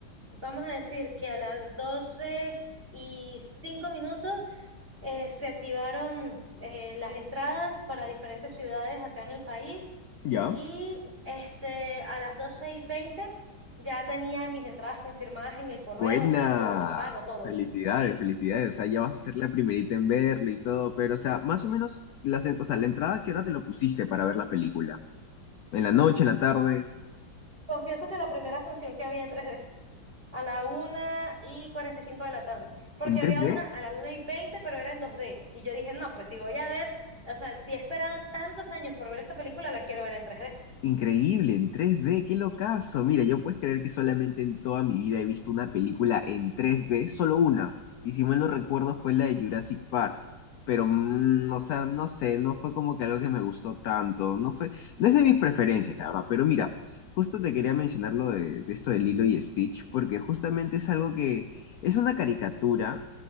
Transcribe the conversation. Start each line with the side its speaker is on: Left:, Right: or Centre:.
Right: vamos a decir que a las 12 y 5 minutos eh, se activaron eh, las entradas para diferentes ciudades acá en el país
Left: ¿Ya?
Right: y este, a las 12 y 20 ya tenía mis entradas confirmadas en el correo,
Left: Buena.
Right: o sea, todo, el pago, todo.
Left: Felicidades,
Right: Sí.
Left: felicidades. O sea, ya vas a ser la primerita en verlo y todo, pero, o sea, más o menos, la, sen- o sea, la entrada, ¿qué hora te lo pusiste para ver la película? ¿En la noche, en la tarde?
Right: Confieso que la primera función que había en 3D, <laughs> a la una y 45 de la tarde, porque
Left: ¿En 3D?
Right: había una a la una y 20 pero era en 2D. Y yo dije, no, pues si voy a ver, o sea, si he esperado tantos años por ver esta película, la quiero ver en 3D,
Left: Increíble, en tres d qué locazo. Mira, yo puedes creer que solamente en toda mi vida he visto una película en tres d solo una. Y si mal no recuerdo fue la de Jurassic Park. Pero, mm, o sea, no sé, no fue como que algo que me gustó tanto. No fue, no es de mis preferencias, la verdad. Pero mira, justo te quería mencionar lo de, de esto de Lilo y Stitch, porque justamente es algo que es una caricatura